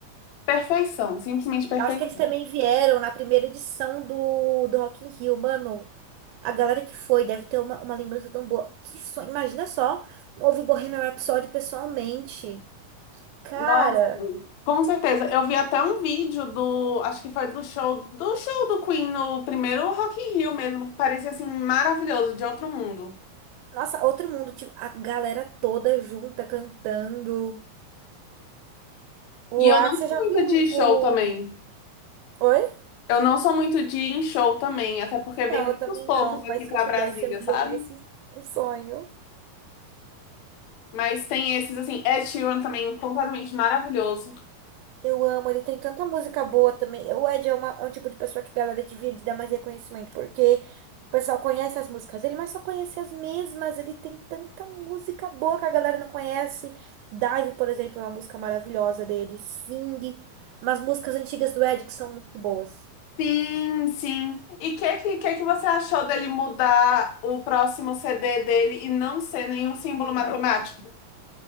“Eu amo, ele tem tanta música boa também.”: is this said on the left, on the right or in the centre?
Right